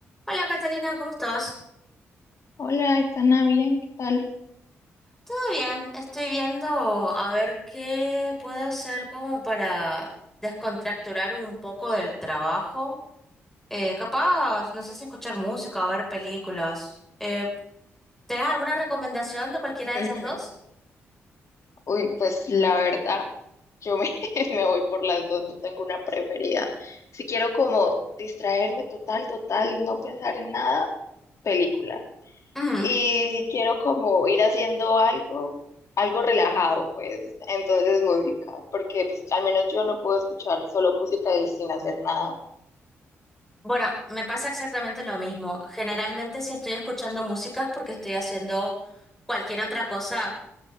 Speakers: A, in the centre; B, on the left.
A: Hola Catalina, ¿cómo estás?
B: Hola, Aitana, bien, ¿qué tal?
A: Todo bien, estoy viendo a ver qué puedo hacer como para descontracturar un poco del trabajo. Eh, capaz, no sé si escuchar música o ver películas. Eh, ¿tenés alguna recomendación de cualquiera de
B: <clears throat>
A: esas dos?
B: Uy, pues la verdad, yo me, <laughs> me voy por las dos, no tengo una preferida. Si quiero como distraerme total, total, no pensar en nada, película.
A: Ujú.
B: Y si quiero como ir haciendo algo, algo relajado, pues entonces música, porque pues al menos yo no puedo escuchar solo música y sin hacer nada.
A: Bueno, me pasa exactamente lo mismo. Generalmente si estoy escuchando música es porque estoy haciendo cualquier otra cosa